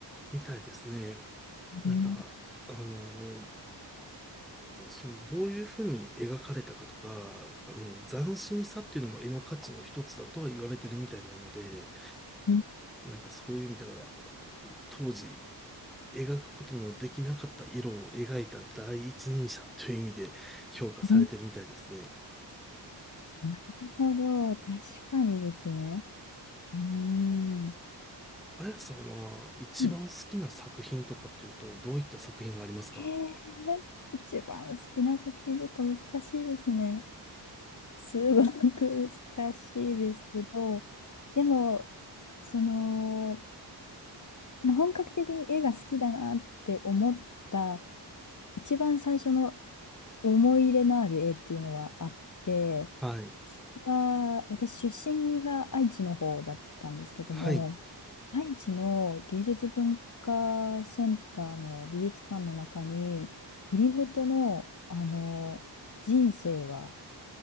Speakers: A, in the centre; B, on the left (about 45°).
A: みたいですねなんかあのー
B: うん、
A: そのどういうふうに描かれたかとかあの斬新さっていうのも絵の価値の一つだとは言われてるみたいなので。
B: うん
A: なんかそういう意味では、当時、描くことのできなかった色を描いた第一人者という意味で評価されてるみたいですね。
B: うんなるほど、確かにですね。うーん。
A: あやさんは一番好きな作品とかっていうと、
B: はい。
A: どういった作品がありますか
B: えー、一番好きな作品ですか難しいですね。すごく難しいですけど、でも、その、本格的に絵が好きだなって思った一番最初の思い入れのある絵っていうのはあって、
A: はい。
B: それが私出身が愛知の方だったんですけども、
A: はい。
B: 愛知の芸術文化センターの美術館の中に、クリムトの、あの人生は